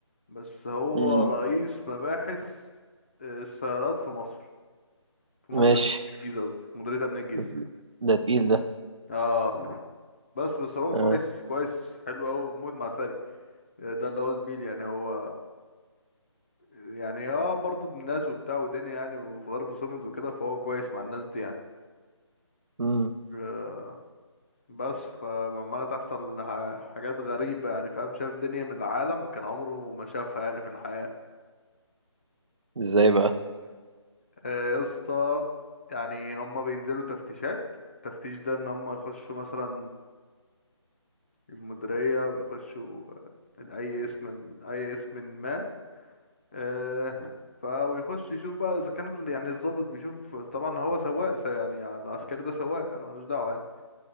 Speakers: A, on the left; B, on the right.
A: بس هو
B: امم
A: رئيس مباحث آه، السيارات في مصر في
B: ماشي
A: مصر مين في الجيزة قصدي في مديرية امن الجيزة
B: ده تقيل ده, تقيل ده.
A: اه بس بس هو
B: اه
A: كويس كويس حلو قوي موت مع ساري ده اللي هو زميلي يعني هو يعني اه برضه ابن ناس وبتاع ودنيا يعني وفي غرب سومد وكده فهو كويس مع الناس دي يعني
B: امم
A: آه، بس فعمالة تحصل ح- حاجات غريبة يعني فاهم شاف دنيا من العالم كان عمره ما شافها يعني في الحياة
B: ازاي بقى
A: آه، يا اسطى يعني هما بينزلوا تفتيشات التفتيش ده ان هما يخشوا مثلا المديرية ويخشوا آه، اي اسم اي اسم ما آه، فيخش يشوف بقى اذا كان ال- يعني الضابط بيشوف طبعا هو سواق س- يعني العسكري ده سواق أنا ملوش دعوه يعني